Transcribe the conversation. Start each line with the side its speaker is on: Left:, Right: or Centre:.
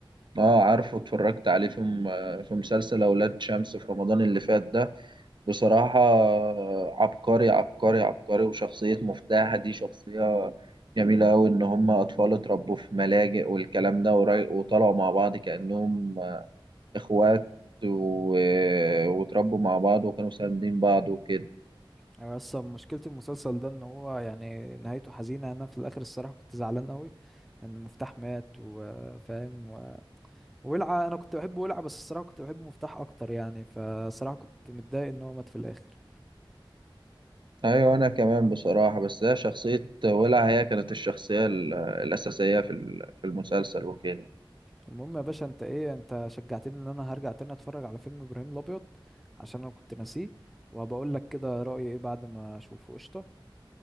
Right: آه عارفه اتفرجت عليه في م- في مسلسل أولاد شمس في رمضان اللي فات ده بصراحة عبقري عبقري عبقري وشخصية مفتاح دي شخصية جميلة أوي إن هما أطفال اتربوا في ملاجئ والكلام ده ورا- وطلعوا مع بعض كأنهم إخوات و... واتربوا مع بعض وكانوا ساندين بعض وكده
Centre: يعني اصلا مشكله المسلسل ده ان هو يعني نهايته حزينه انا في الاخر الصراحه كنت زعلان قوي ان مفتاح مات وفاهم و... ولعه انا كنت بحب ولعه بس الصراحه كنت بحب مفتاح اكتر يعني فصراحه كنت متضايق ان هو مات في الاخر
Right: أيوة أنا كمان بصراحة بس هي شخصية ولع هي كانت الشخصية ال- الأساسية في ال- في المسلسل وكده
Centre: المهم يا باشا انت ايه انت شجعتني ان انا هرجع تاني اتفرج على فيلم ابراهيم الابيض عشان انا كنت ناسيه وهبقول لك كده رأيي ايه بعد ما اشوفه قشطة